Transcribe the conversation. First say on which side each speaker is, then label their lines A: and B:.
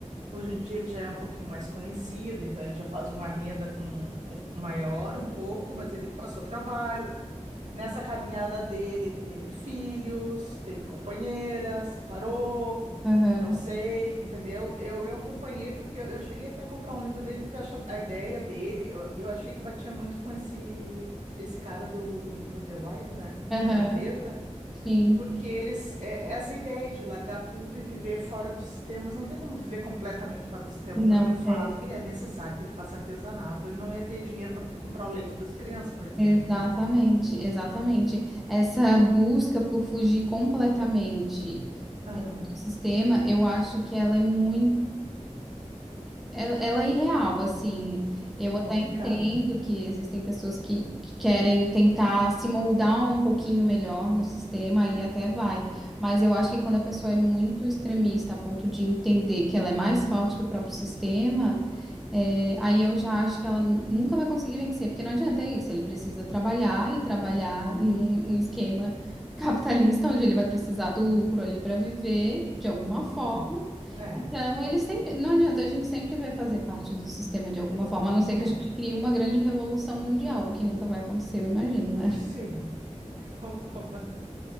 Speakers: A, on the right; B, in the centre.
A: Hoje em dia ele já é um pouquinho mais conhecido, então ele já faz uma renda com, com- maior um pouco, mas ele passou trabalho. Nessa caminhada dele, ele teve filhos, teve companheira, separou.
B: Aham.
A: Não sei, entendeu? Eu, eu acompanhei porque eu, eu cheguei até a comprar um livro dele que eu acho a ideia dele, eu, eu achei que batia muito com esse esse cara do Into the Wild, né?
B: Aham.
A: Na natureza,
B: Sim.
A: porque eles é- é essa ideia de largar tudo e viver fora do sistema, mas não tem como viver completamente fora do sistema,
B: Não
A: tanto é fato
B: tem.
A: que ele é necessário que ele faça artesanato, ele não ia ter dinheiro para comprar o leite das crianças, por exemplo,
B: Exatamente,
A: né?
B: exatamente. Essa busca por fugir completamente
A: Aham.
B: do sistema, eu acho que ela é muito. Ela, ela é irreal, assim. Eu
A: É complicado,
B: até entendo
A: né?
B: que existem pessoas que, que querem tentar se moldar um pouquinho melhor no sistema e até vai. Mas eu acho que quando a pessoa é muito extremista a ponto de entender que ela é mais forte que o próprio sistema, é, aí eu já acho que ela nunca vai conseguir vencer, porque não adianta é isso. Ele precisa trabalhar e trabalhar num um esquema capitalista, onde ele vai precisar do lucro ali para viver de alguma forma.
A: É, é,
B: Então, ele sempre, não adianta, a gente sempre vai fazer parte do sistema de alguma forma, a não ser que
A: é.
B: a gente crie uma grande revolução mundial, o que nunca vai acontecer, eu imagino,
A: Sim,
B: né?
A: <laughs> concordo.